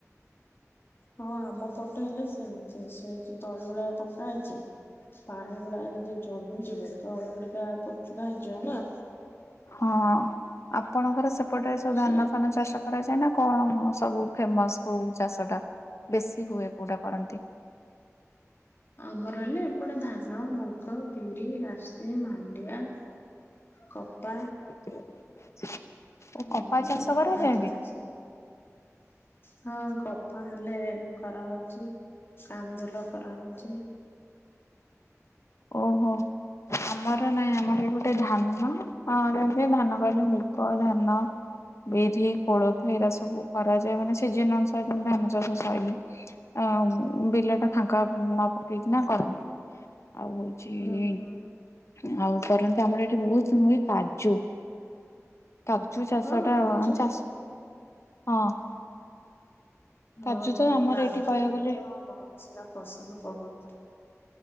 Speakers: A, on the left (about 45°); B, on the left (about 60°).
A: ହଁ ଆମ ପଟେ ହେଲେ ସେମିତି ସେ ଯୋଉ ତଳି ଉଡା ପ ଆ <unintelligible> ପାଣି ଗୁଡା ଯଦି ଜମିଯିବ ତଳି ଗୁଡିକା ପଚୁକା ହେଇଯିବ ନା।
B: ହଁ ଆପଣଙ୍କର ସେପଟେ ସବୁ
A: ସେ
B: ଧାନ ଫାନ ଚାଷ କରାଯାଏ ନା କଣ ସବୁ ଫେମସ୍ କୋଉ ଚାଷଟା ବେଶୀ ହୁଏ କୋଉଟା କରନ୍ତି?
A: ଆମର ହେଲେ ଏପଟେ ଧାନ, ମୁଗ, ବିରି, ରାଶି, ମାଣ୍ଡିଆ। କପା
B: <inaudible> କପା
A: ଉଁ,
B: ଚାଷ କରାଯାଏ
A: ଆଣ୍ଠୁ
B: ବି?
A: ଚାଷ ହଁ କ ହଁ ହେଲେ କରାହଉଛି କାନ୍ଦୁଲ କରାହଉଛି।
B: ଓହୋ! ଆମର ନାଇଁ ଆମର ଏପଟେ ଧାନ ଅମର ଏମିତି ଧାନ କହିଲେ ମୁଗ ଧାନ ବିରି, କୋଳଥ ଏଇରା ସବୁ କରାଯାଏ ମାନେ ସିଜନ ଅନୁସାରେ ଧାନ ଚାଷ ସଇଲେ। ଆ, ଉଁ, ବିଲ ଟା ଫାଙ୍କା ନ ପକେଇକିନା କରନ୍ତି। ଆଉ ହଉଛି
A: ହୁଁ ହୁଁ
B: ଆଉ କରନ୍ତି ଆମର ଏଠି ବହୁତ ହୁଏ କାଜୁ। କାଜୁ ଚାଷ
A: ହଁ
B: ଟା
A: କାଜୁ
B: ଅନ ଚାଷ ହଁ, କାଜୁ
A: ଓ
B: ତ
A: ହୋ
B: ଆମର
A: କାଜୁ
B: ଏଠି କହିବାକୁ ଗଲେ
A: ତ ମହଙ୍ଗା ସେଟା ପସନ୍ଦ ବହୁତ।